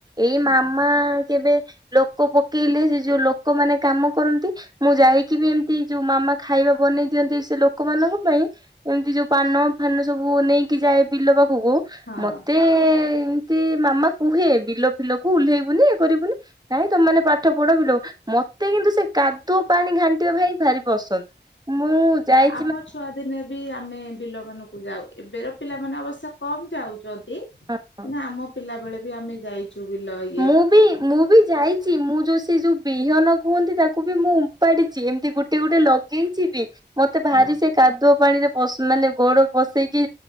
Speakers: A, on the right (about 20°); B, on the left (about 90°).
A: ଏଇ
B: ହଁ।
A: ମାମା କେବେ ଲୋକ ପକେଇଲେ ଯୋଉ ଲୋକମାନେ କାମ କରନ୍ତି ମୁଁ ଯାଇକି ବି ଏମତି ଯୋଉ ମାମା ଖାଇବା ବନେଇ ଦିଅନ୍ତି ସେ ଲୋକମାନଙ୍କ ପାଇଁ ଏମିତି ଯୋଉ ପାନ ଫାନ ସବୁ ନେଇକି ଯାଏ ବିଲ ପାଖ <unintelligible>
B: ହଁ
A: ମତେ ଏମିତି ମାମା କୁହେ ବିଲ ଫିଲକୁ ଓହ୍ଲେଇବୁନି ଇଏ କରିବୁନି, କାହିଁ ତମେ ମାନେ ପାଠ ପଢ ବିଲ ମତେ କିନ୍ତୁ ସେ କାଦୁଅ ପାଣି ଘାଣ୍ଟିବା ପାଇଁ ଭାରି ପସନ୍ଦ। ମୁଁ ଯାଇ
B: ତ ଆମ ଛୁଆ ଦିନେ ବି ଆମେ ବିଲ ମାନଙ୍କୁ ଯାଉ, ଏବେକା ପିଲାମାନେ ଅବଶ୍ୟ କମ ଯାଉଛ ନ୍ତି କାଇଁକି
A: ହଁ
B: ନା ଆମ ପିଲା ବେଳେ ବି ଆମେ ଯାଇଛୁ। ବିଲ ଇଏ
A: ମୁଁ ବି ମୁଁ ବି ଯାଇଛି ମୁଁ ଯୋଉ ସେ ଯୋଉ ବିହନ କୁହନ୍ତି, ତାକୁ ବି ମୁଁ ଉପାଡିଛି ଏମିତି ଗୋଟେ ଗୋଟେ ଲଗେଇଛି ବି। ମତେ ଭାରି
B: ହଁ।
A: ସେ କାଦୁଅ ପାଣିରେ ପସ୍ ମାନେ ଗୋଡ ପସେଇକି